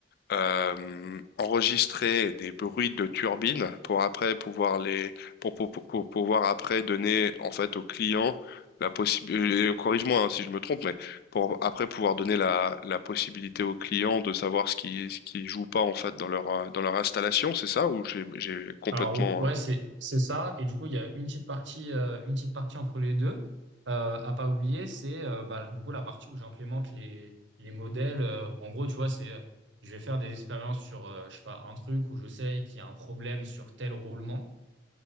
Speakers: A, on the left (about 55°); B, on the right (about 75°).
A: euh, enregistrer des bruits de turbines pour après pouvoir les pour, pour, pour- pour pouvoir après donner en fait au client la possibilité corrige-moi hein, si je me trompe mais pour après pouvoir donner la, la possibilité au client de savoir ce qui ce qui joue pas en fait dans leur euh, dans leur installation, c'est ça ou j'ai j'ai complètement
B: Alors ouais,
A: euh,
B: c'est c'est ça. Et du coup, il y a une petite partie, euh, une petite partie entre les deux euh, à pas oublier, c'est euh, bah, du coup la partie où j'implémente les les modèles. euh, en gros, tu vois, c'est euh, je vais faire des expériences sur euh, je sais pas un truc où je sais qu'il y a un problème sur tel roulement.